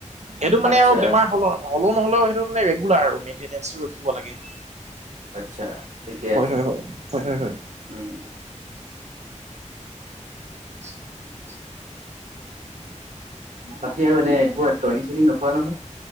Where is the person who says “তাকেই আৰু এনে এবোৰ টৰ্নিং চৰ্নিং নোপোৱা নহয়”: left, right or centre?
Right